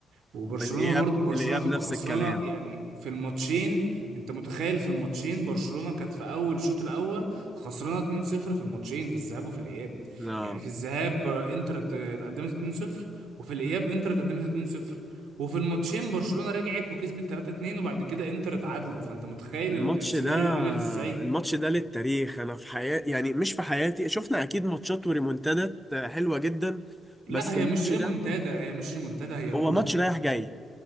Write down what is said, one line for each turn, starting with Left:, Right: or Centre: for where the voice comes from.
Right: وبرشلونة
Centre: والاياب
Right: برضو برشلونة
Centre: الاياب
Right: تبقى
Centre: نفس
Right: خسرانة
Centre: الكلام
Right: يعني في الماتشين انت متخيل في الماتشين برشلونة كانت في اول الشوط الاول خسرانة 2-0 في الماتشين في الذهاب وفي الاياب
Centre: لا
Right: يعني في الذهاب بر- انتر ت- اتقدمت 2-0 وفي الاياب انتر اتقدمت 2-0 وفي الماتشين برشلونة رجعت وكسبت 3-2 وبعد كده انتر اتعادلت فانت متخيل
Centre: الماتش
Right: ال- السيناريو
Centre: ده
Right: عمل ازاي
Centre: الماتش ده للتاريخ انا في حياتي يعني مش في حياتي شفنا اكيد ماتشات وريمونتادات حلوة جدا
Right: لا
Centre: بس
Right: هي
Centre: الماتش
Right: مش ريمونتادا
Centre: ده
Right: هي مش ريمونتادا هي
Centre: هو
Right: كورة
Centre: ماتش رايح جاي